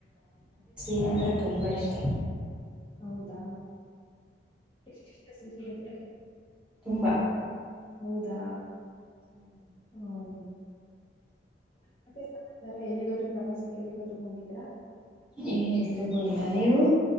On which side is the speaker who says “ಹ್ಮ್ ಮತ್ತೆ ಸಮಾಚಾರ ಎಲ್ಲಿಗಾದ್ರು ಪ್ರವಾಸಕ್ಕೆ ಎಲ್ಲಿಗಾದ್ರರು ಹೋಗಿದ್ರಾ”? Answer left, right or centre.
Left